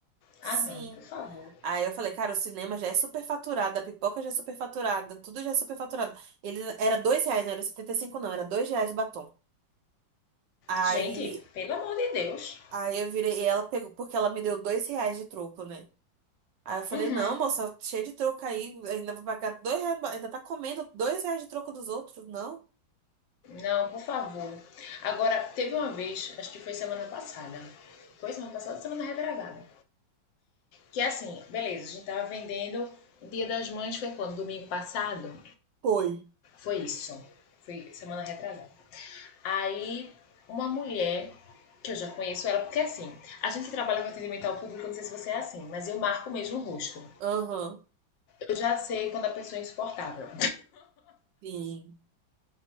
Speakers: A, on the right; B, on the left.
A: sim.
B: Ah, não, por favor.
A: Aí eu falei, cara, o cinema já é superfaturado, a pipoca já é superfaturada, tudo já é superfaturado. Ele era dois reais, não era 75? não, era dois reais o batom. Aí,
B: Gente, pelo amor de Deus.
A: aí eu virei, e ela pegou, porque ela me deu dois reais de troco, né? Aí eu falei,
B: Uhum.
A: não, moça, cheio de troco aí, ainda vou pagar dois reais, ainda tá comendo dois reais de troco dos outros, não?
B: Não, por favor. Agora, teve uma vez, acho que foi semana passada. Foi semana passada, semana retrasada. Que é assim, beleza, a gente tava vendendo. O Dia das Mães foi quando? Domingo passado?
A: Foi.
B: Foi isso. Foi semana retrasada. Aí, uma mulher que eu já conheço ela, porque assim, a gente que trabalha com atendimento ao público, não sei se você é assim, mas eu marco mesmo o rosto.
A: Aham,
B: Eu já sei quando a pessoa é insuportável.
A: sim.